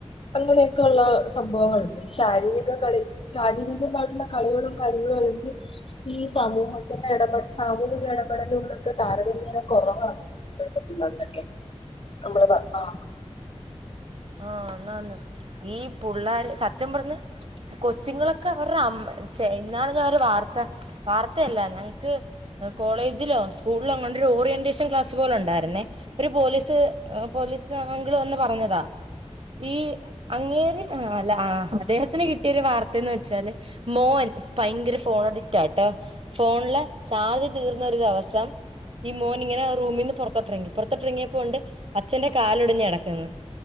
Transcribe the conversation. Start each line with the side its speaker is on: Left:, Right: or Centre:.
Left: അങ്ങനെയൊക്കെ ഉള്ള സംഭവങ്ങളുണ്ട് ശാരീരിക കളി ശാരീരികമായിട്ടുള്ള കളികളും കാര്യങ്ങളും അല്ലെങ്കി ഈ സമൂഹത്തിന്റെ ഇടപെട സാമൂഹിക ഇടപെടലുകളൊക്കെ താരതമ്യേന കുറവാണ് ഇപ്പഴത്തെ പുള്ളേർകൊക്കെ നമ്മള് പറഞ്ഞൊ
Right: ആഹ് ആന്നാന്ന് ഈ പുള്ളാര് സത്യം പറഞ്ഞ കൊച്ച്ങ്ങളൊക്കെ അവർറെ അമ്മ ച്ഛെ ഇന്നാള് ഞാൻ ഒരു വാർത്ത വാർത്തയല്ല ഞങ്ങക്ക് കോളേജിലോ സ്കൂള്ലോ അങ്ങാണ്ടൊരു ഓറിയന്റേഷൻ ക്ലാസ് പോലെ ഉണ്ടായിരുന്നെ ഒരു പോലീസ് ത് പോലീസ് അങ്ക്ള് വന്ന് പറഞ്ഞതാ ഈ അങ്ങേര് ആഹ് അല്ല ആ അദ്ദേഹത്തിന് കിട്ടിയൊരു വാർത്തയന്ന് വെച്ചാല് മോൻ ഭയങ്കര ഫോണടി റ്റാട്ടോ ഫോണ്ലെ ചാർജ് തീർന്നൊരു ദിവസം ഈ മോന്ങ്ങനെ ആ റൂമിന്ന് പൊറത്തോട്ടിറങ്ങി പൊറത്തോട്ടിറങ്ങിയപ്പോ ഉണ്ട് അച്ഛന്റെ കാലൊടിഞ്ഞ് കിടക്ക്ന്ന്